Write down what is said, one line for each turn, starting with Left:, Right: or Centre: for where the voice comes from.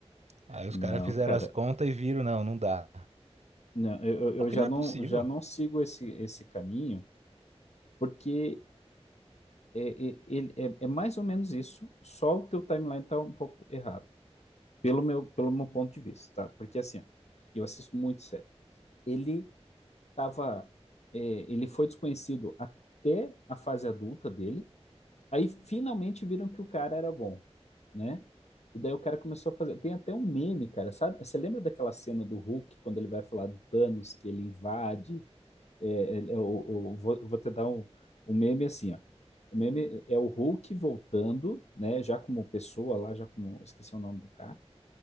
Right: Aí os
Left: não,
Right: caras fizeram
Left: cara,
Right: as contas e viram, não, não dá.
Left: não, eu, eu
Right: Porque
Left: eu já
Right: não
Left: não,
Right: é possível.
Left: já não sigo esse, esse caminho, porque é, é, ele- é, é mais ou menos isso, só o teu timeline tá um pouco errado, pelo meu, pelo meu ponto de vista, tá? Porque assim, ó, eu assisto muito série. Ele tava, é, ele foi desconhecido até a fase adulta dele. Aí finalmente viram que o cara era bom, né? E daí o cara começou a fazer. Tem até um meme, cara. Sabe? Você lembra daquela cena do Hulk quando ele vai falar do Thanos, que ele invade? É, ele- é o- o- vou, vou te dar um, um meme assim, ó. O meme é o Hulk voltando, né? Já como pessoa lá, já como. Esqueci o nome do cara